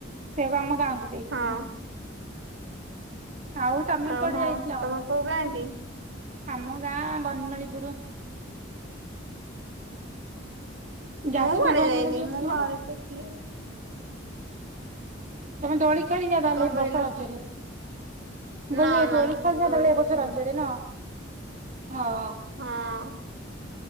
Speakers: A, on the right; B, on the right.
A: ସେଇଆକୁ ଆମ ଗାଁ କୁ ଯାଇଥିଲି
B: ହଁ।
A: ଆଉ <inaudible> ତମେ
B: ଓହୋ
A: କୁଆଡେ ଯାଇଥିଲ
B: ତମେ କୋଉ ଗାଁ କି?
A: ଆମ ଗାଁ ବନମାଳୀପୁର। ଯାଜପୁର
B: ମୁଁ କୁଆଡ଼େ
A: ବନମାଳୀପୁର
B: ଯାଇନି
A: ଯାଇଥିଲ?
B: ମୁଁ ଘରେ ତ ଥିଲି।
A: ତମେ ଦୋଳି ଖେଳିନା ତାହେଲେ
B: କଣ
A: ଏବର୍ଷା
B: କହିଲ?
A: ରଜରେ? ମୁଁ
B: ନା
A: କହିଲି
B: ନା
A: ଦୋଳି ଖେଳିନା ନୁହଁ ଏବର୍ଷ
B: ଖେଳିନି
A: ରଜରେ ନା ହଁ।
B: ହଁ।